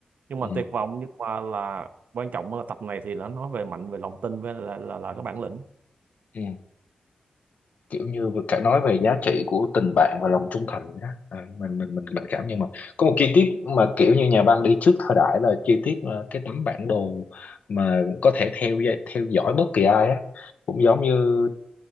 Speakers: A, on the right (about 75°); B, on the left (about 65°).
A: nhưng
B: ừ.
A: mà tuyệt vọng nhưng mà là quan trọng là tập này thì nó nói về mạnh về lòng tin với là là, là cái bản lĩnh
B: Ừ. kiểu như vừa cả nói về giá trị của tình bạn và lòng trung thành vậy đó à, mình mình mình mình cảm nhưng mà có một chi tiết mà kiểu như nhà văn đi trước thời đại là chi tiết là cái tấm bản đồ mà có thể theo dõi- theo dõi bất kỳ ai á cũng giống như